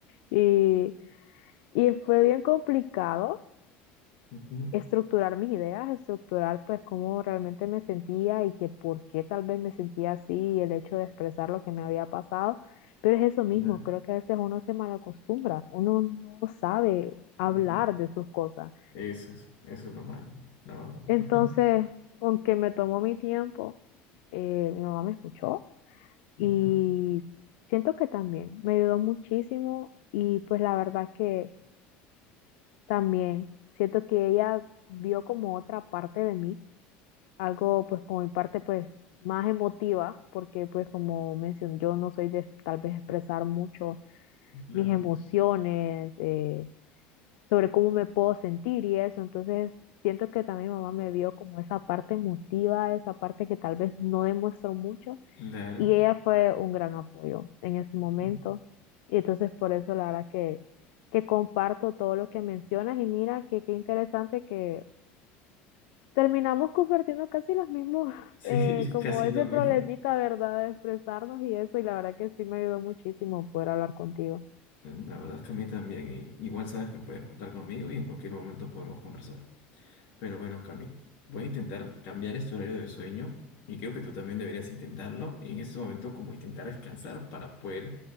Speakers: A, on the left; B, on the left.
A: y, y fue bien complicado
B: ujú,
A: estructurar mis ideas, estructurar pues cómo realmente me sentía y que por qué tal vez me sentía así y el hecho de expresar lo que me había pasado. Pero es eso mismo,
B: Claro.
A: creo que a veces uno se malacostumbra, uno no sabe hablar
B: ujú.
A: de sus cosas.
B: Eso es, eso es lo malo, la verdad.
A: Entonces, aunque me tomó mi tiempo, eh, mi mamá me escuchó y
B: Ujú,
A: siento que también me ayudó muchísimo y pues la verdad que también siento que ella vio como otra parte de mí algo pues como mi parte pues más emotiva, porque pues como mencioné, yo no soy de tal vez expresar mucho
B: Claro.
A: mis emociones, eh, sobre cómo me puedo sentir y eso, entonces siento que también mi mamá me vio como esa parte emotiva, esa parte que tal vez no demuestro mucho
B: Claro.
A: y ella fue un gran apoyo en ese momento
B: ujú.
A: y entonces por eso la verdad que, que comparto todo lo que mencionas y mira que qué interesante que terminamos compartiendo casi los mismos, <laughs>
B: Sí,
A: eh,
B: <laughs>
A: como
B: casi
A: ese
B: lo mismo.
A: problemita, ¿verdad? De expresarnos y eso, y la verdad que sí me ayudó muchísimo poder hablar contigo.
B: La verdad es que a mí también. Y igual sabes que puedes contar conmigo y en cualquier momento podemos conversar. Pero bueno, Cami, voy a intentar cambiar este horario de sueño y creo que tú también deberías intentarlo en este momento, como intentar descansar para poder